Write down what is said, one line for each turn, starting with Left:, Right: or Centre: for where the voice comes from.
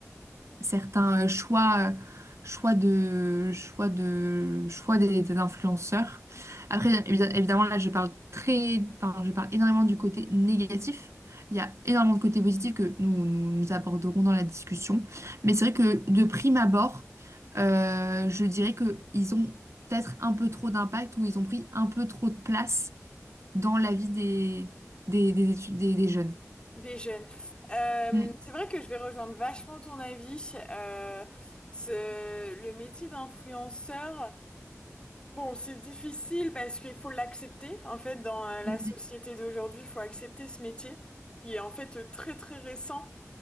Right: certains euh, choix, euh, choix de, choix de, choix des, des influenceurs. Après, évi- évidemment, là, je parle très, enfin, je parle énormément du côté négatif. Il y a énormément de côtés positifs que nous, nous, nous aborderons dans la discussion. Mais c'est vrai que de prime abord, euh, je dirais que ils ont peut-être un peu trop d'impact ou ils ont pris un peu trop de place dans la vie des, des, des, étu- des, des jeunes.
Left: Des jeunes. Euh,
Right: Mm,
Left: c'est vrai que je vais rejoindre vachement ton avis. Euh, ce, le métier d'influenceur, bon, c'est difficile parce qu'il faut l'accepter. En fait, dans euh, la
Right: mm,
Left: société d'aujourd'hui, il faut accepter ce métier qui est en fait euh, très très récent.